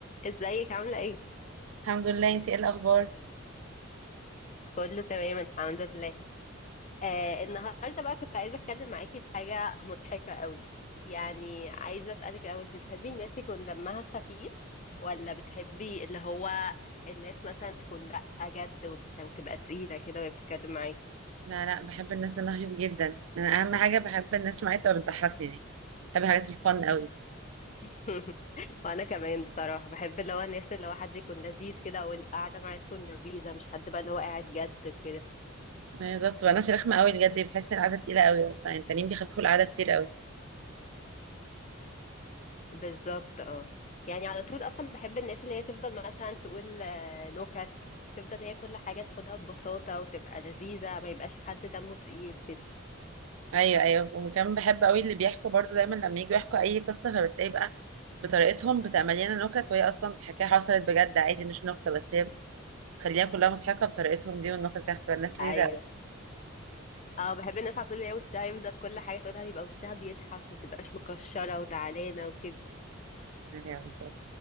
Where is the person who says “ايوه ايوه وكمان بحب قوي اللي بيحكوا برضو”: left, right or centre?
Right